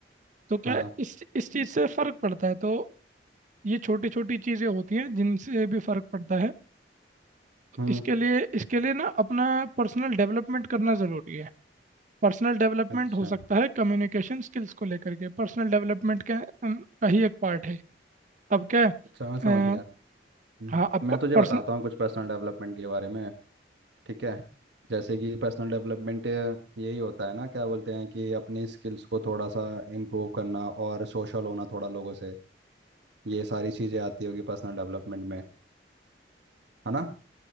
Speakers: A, on the right (about 45°); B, on the right (about 75°).
A: तो क्या
B: हाँ
A: है, इस इस चीज़ से फर्क पड़ता है तो ये छोटी छोटी चीज़ें होती हैं जिनसे भी फर्क पड़ता है
B: हम्म
A: इसके लिए इसके लिए ना अपना पर्सनल डेवलपमेंट करना ज़रूरी है पर्सनल डेवलपमेंट
B: अच्छा
A: हो सकता है कम्युनिकेशन स्किल्स को लेकर के पर्सनल डेवलपमेंट का अम, का ही एक पार्ट है अब क्या है
B: अच्छा मैं समझ गया
A: अ,
B: हम्म,
A: हाँ अब
B: मैं तुझे
A: पर्सनल
B: बताता हूँ कुछ पर्सनल डेवलपमेंट के बारे में ठीक है जैसे कि पर्सनल डेवलपमेंट यही होता है ना क्या बोलते हैं कि अपनी स्किल्स को थोड़ा सा इम्प्रूव करना और सोशल होना थोड़ा लोगों से ये सारी चीज़ें आती होगी पर्सनल डेवलपमेंट में है ना